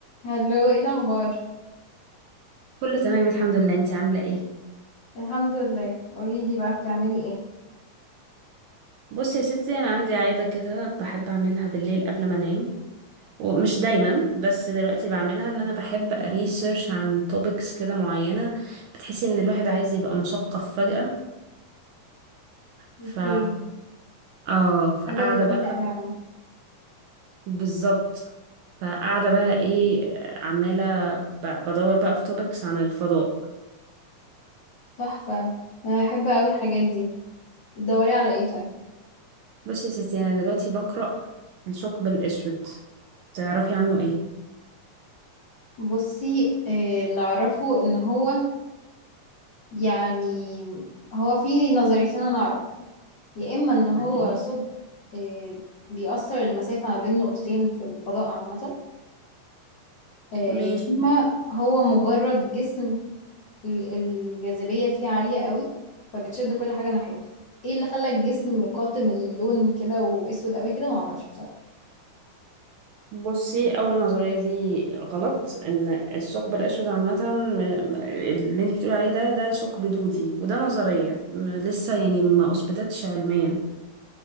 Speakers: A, on the left; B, on the right.
A: هلو ايه الاخبار
B: كله تمام الحمد لله انتي عاملة ايه
A: الحمد لله قولي لي بقى بتعملي ايه
B: بصي يا ستي انا عندي عادة كده بحب اعملها بالليل قبل ما انام ومش دايما بس دلوقتي بعملها ان انا بحب ريسيرش عن توبكس كده معينة بتحسي ان الواحد عايز يبقى مثقف فجأة
A: اوكي
B: ف اه فقاعدة
A: حاجه لذيذه
B: بقى
A: قوي يا عم
B: بالظبط فقاعدة بقى ايه عمالة ب... بدور بقى في توبكس عن الفضاء
A: تحفه انا بحب قوي الحاجات دي بتدوري على ايه طيب
B: بصي يا ستي انا دلوقتي بقرأ الثقب الاسود تعرفي عنه ايه
A: بصي آه، اللي اعرفه ان هو يعني هو في نظريتين انا اعرف يا اما ان هو
B: عجيبة.
A: ثقب آه، بيأثر المسافه ما بين نقطتين في الفضاء عامه آه، يا
B: ماشي
A: اما هو مجرد جسم ال- الجاذبية فيه عالية قوي فبتشد كل حاجة ناحيتها ايه اللي خلى الجسم قاتم اللون كده واسود قوي كده معرفش بصراحة
B: بصي اول نظريه دي غلط ان الثقب الاسود عامه م- م- اللي انت بتقولي عليه ده ده ثقب دودي وده نظريه م- لسه يعني ما اثبتتش علميا